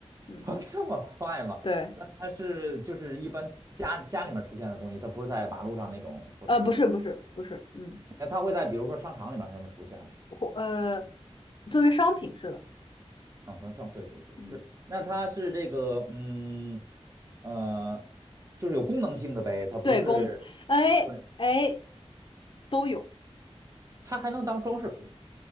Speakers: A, on the left; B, on the right.
A: 嗯，
B: <laughs> 这么快吗？
A: 对，
B: 那它是就是一般家家里面出现的东西，它不是在马路上那种，或者是。
A: 呃，不是不是不是，嗯，
B: 那它会在比如说商场里面什么出现吗？
A: 或呃，作为商品是的，
B: 长存胜，对对对，
A: 嗯，
B: 是。那它是这个，嗯，呃，就是有功能性的呗，它不是，
A: 对，功能，哎哎，
B: 对，
A: 都有。
B: 它还能当装饰品，